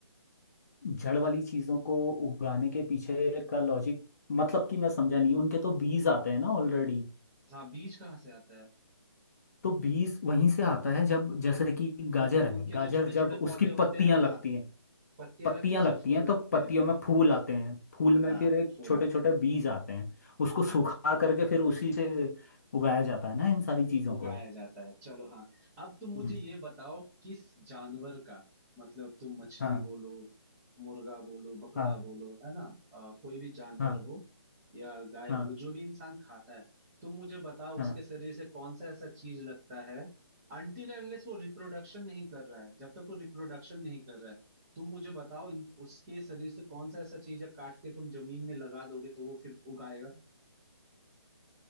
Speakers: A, on the left; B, on the right.
A: जड़ वाली चीजों को उगाने के पीछे का लॉजिक मतलब कि मैं समझा नहीं उनके तो बीज आते हैं ना ऑलरेडी
B: हाँ बीज कहाँ से आता है
A: तो बीज वहीं से आता है जब जैसे कि गाजर
B: उनके
A: है
B: उनके
A: गाजर
B: जो छोटे छोटे
A: जब
B: पौधे
A: उसकी
B: होते
A: पत्तियां
B: हैं हाँ
A: लगती हैं
B: पत्तियां
A: पत्तियां
B: लगती है उससे
A: लगती
B: फूल
A: हैं तो
B: लगते
A: पत्तियों
B: हैं
A: में फूल आते हैं फूल में
B: हाँ
A: फिर एक
B: फूल
A: छोटे
B: आते
A: छोटे बीज आते हैं उसको
B: हैं हाँ
A: सुखा करके फिर उसी से उगाया जाता है ना इन सारी चीजों
B: वो गाया
A: को
B: जाता है चलो हाँ अब तुम मुझे
A: हम्म,
B: ये बताओ किस जानवर का मतलब तुम मछली
A: हाँ
B: बोलो मुर्गा बोलो बकड़ा
A: हाँ
B: बोलो है ना अ, कोई भी जानवर
A: हाँ
B: हो या गाय
A: हाँ
B: बोलो जो भी इंसान खाता है तुम मुझे बताओ
A: हाँ
B: उसके शरीर से कौन सा ऐसा चीज लगता है अनटिल अनलेस वो रिप्रोडक्शन नहीं कर रहा है जब तक वो रिप्रोडक्शन नहीं कर रहा है तुम मुझे बताओ इन, उसके शरीर से कौन सा ऐसा चीज है काट के तुम जमीन में लगा दोगे तो वो फिर उगाएगा